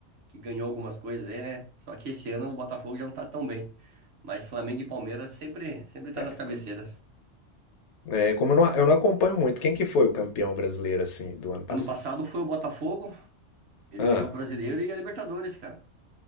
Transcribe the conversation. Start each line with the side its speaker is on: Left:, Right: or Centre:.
Right: que ganhou algumas coisas aí, né? Só que esse ano o Botafogo já não tá tão bem. Mas Flamengo e Palmeiras sempre, sempre tá
Left: É,
Right: nas cabeceiras.
Left: é, como eu não, eu não acompanho muito, quem que foi o campeão brasileiro assim do ano passado?
Right: Ano passado foi o Botafogo, ele
Left: Ah,
Right: ganhou o Brasileiro e a Libertadores, cara.